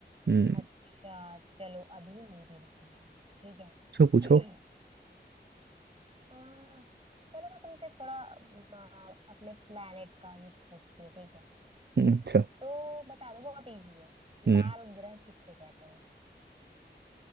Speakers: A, on the right; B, on the right.
A: हम्म
B: अच्छा चलो अभी मेरी बारी है ठीक है
A: पूछो पूछो
B: <clears throat> आ, चलो मैं तुमसे थोड़ा आ, अपने प्लेनेट का ही पूछती हूँ ठीक है
A: हम्म, अच्छा
B: तो बता दो बहुत इजी है
A: हम्म
B: लाल ग्रह किसको कहते हैं